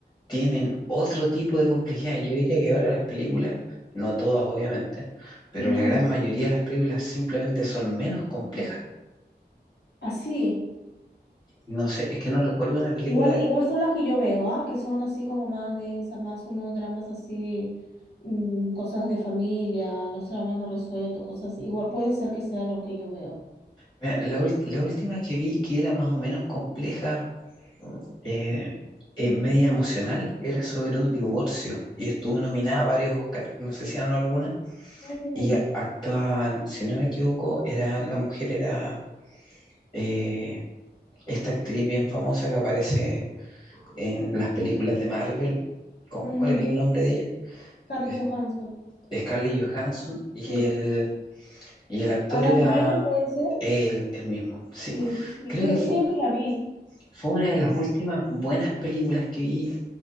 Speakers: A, on the left (about 25°); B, on the left (about 65°).
A: tienen otro tipo de complejidad. Yo diría que ahora las películas, no todas obviamente, pero
B: Ujú.
A: la gran mayoría de las películas simplemente son menos complejas.
B: Así.
A: No sé, es que no recuerdo una película.
B: Igual, igual son las que yo veo, ¿ah? Que son así como más densas, más unos dramas así, mm, cosas de familia, los dramas no resueltos, cosas así. Igual puede ser que sea lo que yo veo.
A: Mira, La, ul- la última que vi que era más o menos compleja, eh, eh, media emocional, era sobre un
B: Ujú.
A: divorcio y estuvo nominada a varios Oscar, no sé si ganó alguna,
B: Ujú.
A: y a- actuaban, si no me equivoco, era, la mujer era eh, esta actriz bien famosa que aparece en las películas de Marvel. ¿Con-
B: Ujú.
A: ¿Cuál es el nombre de ella?
B: Scarlett
A: Es-
B: Johansson.
A: Scarlett Johansson y
B: Sí.
A: el, y el actor
B: Adam
A: era
B: Driver puede ser.
A: él, el mismo, sí.
B: Sí, sí.
A: Creo
B: cre-
A: que fu-
B: creo que la vi.
A: fue, una de las últimas buenas películas que vi